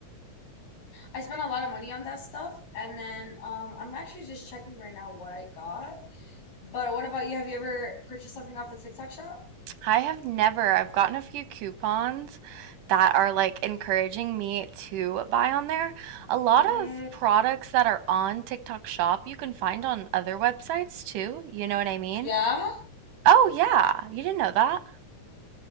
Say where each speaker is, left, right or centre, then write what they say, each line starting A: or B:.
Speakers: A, on the left (about 55°); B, on the right (about 80°).
A: I spent a lot of money on that stuff, and then um, I'm actually just checking right now what I got. But what about you? Have you ever purchased something off the TikTok shop?
B: I have never. I've gotten a few coupons that are like encouraging me to buy on there. A lot
A: Mm,
B: of products that are on TikTok shop you can find on other websites too. You know what I mean?
A: Yeah?
B: Oh yeah, you didn't know that.